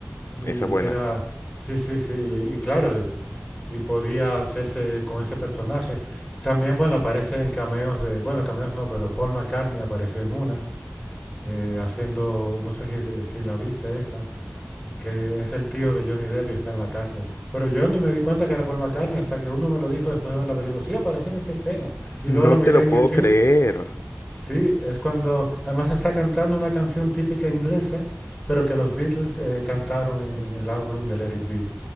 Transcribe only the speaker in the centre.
Y
que
era, sí, sí, sí, y, y claro, y podía hacerse con ese personaje. También, bueno, aparecen cameos de, bueno, cameos no, pero Paul McCartney apareció en una, eh, haciendo, no sé si, si la viste esa, que es el tío de Johnny Depp y está en la cárcel. Pero yo ni me di cuenta que era Paul McCartney hasta que uno me lo dijo después de ver la película. Sí, aparece en esa escena. Y
luego lo miré
en
YouTube.
Sí, es cuando además está cantando una canción típica inglesa, pero que los Beatles eh, cantaron en, en el álbum de Let It Be